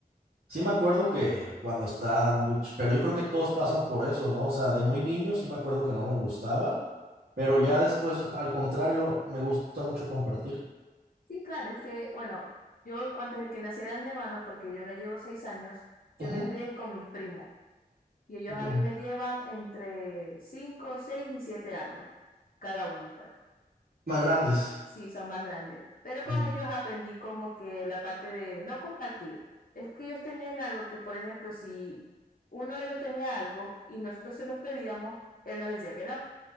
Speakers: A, on the right; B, on the left.
A: Sí me acuerdo que cuando estaba muy... ch- Pero yo creo que todos pasan por eso, ¿no? O sea, de muy niño sí me acuerdo que no me gustaba, pero ya después, al contrario, me gusta mucho compartir.
B: Sí, claro, es que, bueno, yo antes de que naciera mi hermano, porque yo le llevo seis años, yo
A: Ujú,
B: me crié con mis primos y ellos
A: ujú.
B: a mí me llevan entre cinco, seis y siete años, cada uno, pues.
A: Más grandes.
B: Sí, son más grandes. Pero con
A: Mm,
B: ellos aprendí como que la parte de no compartir. Es que ellos tenían algo que, por ejemplo, si uno de ellos tenía algo y nosotros se los pedíamos, él nos decía que no.